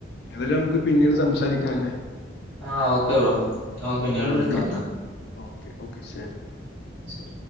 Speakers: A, on the left; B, on the right.
A: അതെല്ലാം നമുക്ക് പിന്നീട് സംസാരിക്കാം അല്ലേ
B: ആഹ് ഓക്കെ ബ്രോ ഞമക്ക് പിന്നീട്
A: ഞാൻ
B: വിളക്കാം
A: വിളി
B: എന്നാ
A: ഓക്കെ ഓക്കെ ശരി
B: ശെരി